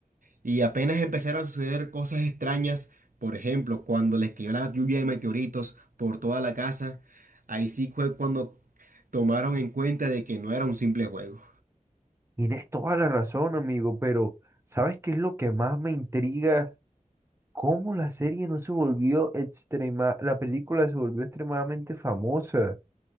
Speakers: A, on the right; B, on the right.
A: y apenas empezaron a suceder cosas extrañas, por ejemplo, cuando les cayó la lluvia de meteoritos por toda la casa, ahí sí fue cuando tomaron en cuenta de que no era un simple juego.
B: tienes toda la razón, amigo, pero ¿sabes qué es lo que más me intriga? ¿Cómo la serie no se volvió extrema, la película se volvió extremadamente famosa?